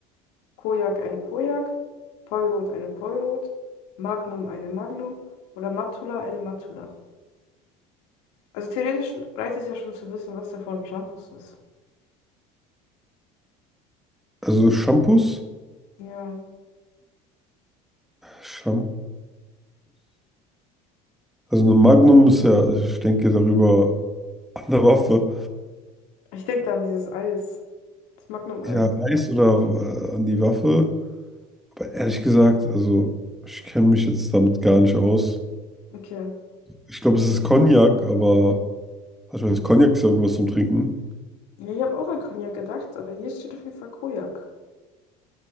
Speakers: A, on the left (about 80°); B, in the centre.
A: Kojak eine Kojak, Poirot eine Poirot, Magnum eine Magnum oder Matula eine Matula. Also theoretisch reicht es ja schon zu wissen, was davon ein Shampoos ist.
B: Also Shampoos?
A: Ja,
B: Shampoos? Also eine Magnum ist ja, ich denke darüber an der Waffe.
A: ich denke da an dieses Eis, das Magnum-Eis.
B: Ja, Eis oder äh, an die Waffe. Aber ehrlich gesagt, also ich kenne mich jetzt damit gar nicht aus.
A: Okay.
B: Ich glaube, es ist Cognac, aber also ich weiß, Cognac ist ja irgendwas zum Trinken.
A: Ja, ich habe auch an Cognac gedacht, aber hier steht auf jeden Fall Kojak.